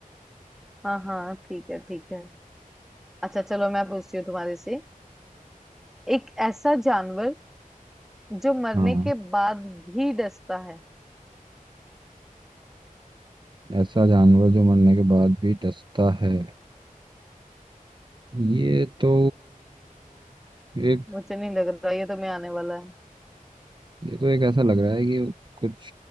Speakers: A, in the centre; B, on the right.
A: हाँ हाँ ठीक है ठीक है अच्छा चलो मैं पूछती हूँ तुम्हारे से एक ऐसा जानवर जो मरने
B: हाँ
A: के बाद भी डसता है
B: ऐसा जानवर जो मरने के बाद भी डसता है ये तो एक
A: मुझे नहीं लग रहा ये तो मैं आने वाला है
B: ये तो एक ऐसा लग रहा है कि कुछ